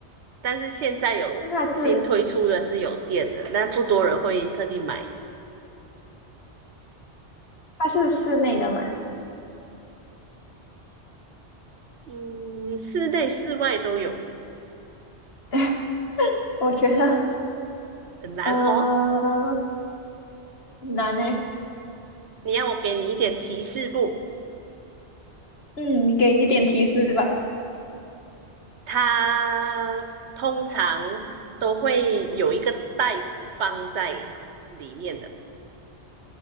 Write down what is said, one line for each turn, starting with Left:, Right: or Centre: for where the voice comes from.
Right: 但是现在有新推出的是有电的，
Left: 那它是
Right: 但不多人会特地买。
Left: 它是室内的嘛？
Right: 嗯，室内室外都有，
Left: <laughs> 我觉得
Right: 很难哦。
Left: 呃难呢，
Right: 你要我给你一点提示不？
Left: 嗯，你给一点提示吧，
Right: 它通常都会有一个袋子放在里面的。